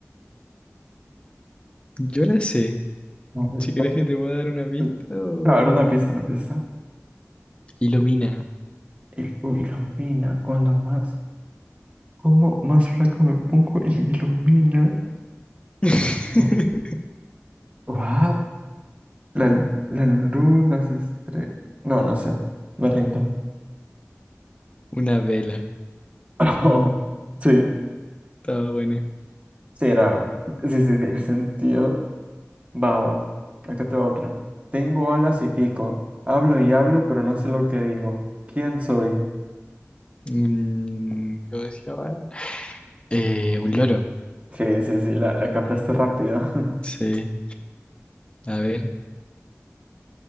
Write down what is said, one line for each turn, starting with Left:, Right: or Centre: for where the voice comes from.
Left: Yo la sé.
Right: a ver,
Left: Si quieres
Right: no,
Left: que te pueda dar una pista
Right: mm,
Left: o-
Right: a ver, una pista, una pista.
Left: Ilumina.
Right: Il- ilumina. Cuando más, como más flaco me pongo <laughs> y ilumina.
Left: <laughs>
Right: No, what? La, l- la luz, las estrellas. No, no sé. Me rindo.
Left: Una vela.
Right: <laughs> sí,
Left: Estaba buena.
Right: sí era. Sí, sí, tiene sentido. Baba, acá te va otra. Tengo alas y pico. Hablo y hablo, pero no sé lo que digo. ¿Quién soy?
Left: Un... ¿Cómo se llama? Eh, un loro.
Right: Sí, sí, sí, la, la captaste rápido. <laughs>
Left: Sí. A ver.